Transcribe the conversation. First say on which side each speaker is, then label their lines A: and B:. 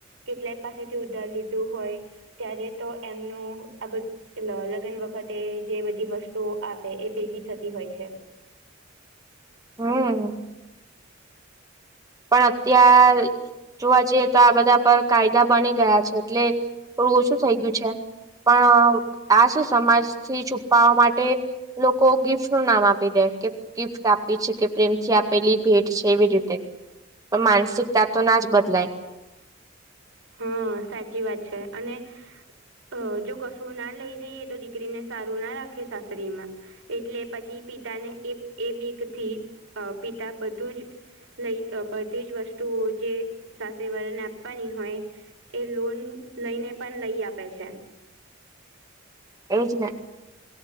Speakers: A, on the right; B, on the right.
A: કેટલાય પાસેથી ઉધાર લીધું હોય. ત્યારે તો એમનું અબ એટ લગ્ન વખતે જે બધી વસ્તુઓ આપે, એ ભેગી થતી હોય છે.
B: હમ. પણ અત્યારે જોવા જઈએ, તો આ બધા પર કાયદા બની ગયા છે, એટલે થોડું ઓછું થઈ ગયું છે. પણ આસ સમાજથી છુપાવા માટે. લોકો ગિફ્ટ નું નામ આપી દે કે ગિફ્ટ આપી છે કે, પ્રેમ થી આપેલી ભેટ છે, એવી રીતે. તો માનસિકતા તો ના જ બદલાય.
A: હા, સાચી વાત છે, અને અ જો કશું ના લઈ જઈએ, તો દીકરીને સારું ના રાખે, સાસરીમાં. એટલે પછી પિતાને, એ એ બીક થી પિતા બધું જ લઈ બધી જ વસ્તુઓ જે સાથે વળન આપવાની હોય. એ લોન લઈને પણ લઈ આપે છે.
B: એજ ને